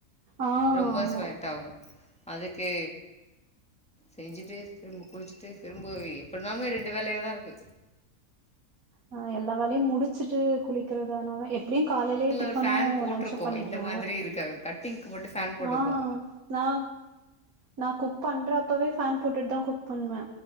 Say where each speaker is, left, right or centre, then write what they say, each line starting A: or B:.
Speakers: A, on the right; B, in the centre.
A: ஆ
B: ரொம்ப
A: ஆமா
B: ஸ்வெட்டாகு அதுக்கு செஞ்சுட்டு திரும்ப குளிச்சிட்டு திரும்ப எப்டினாலு ரெண்டு வேலையா தா இருக்கு
A: ஆ எல்லா வோலையு முடிச்சுட்டு குளிக்குறதானாவே எ எப்டியு காலைலயே
B: இல்ல
A: டிஃபனு
B: ஒரு ஃபேன் போட்டிருக்கோ
A: லன்ச்சு பண்ணிடுவே
B: இந்த மாதிரி இருக்க கட்டிங்க்கு மட்டு ஃபேன் போட்டுப்போ
A: ஆ நா நா குக் பண்ற அப்பவே ஃபேன் போட்டுட்டு தா குக் பண்ணுவே